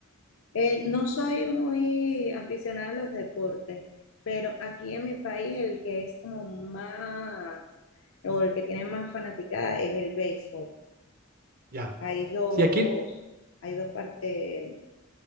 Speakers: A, on the left; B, on the right.
A: Eh, no soy muy aficionada a los deportes, pero aquí en mi país el que es como más, o el que tiene más fanaticada es el béisbol.
B: Ya.
A: Hay dos,
B: Sí, aquí,
A: hay dos partes,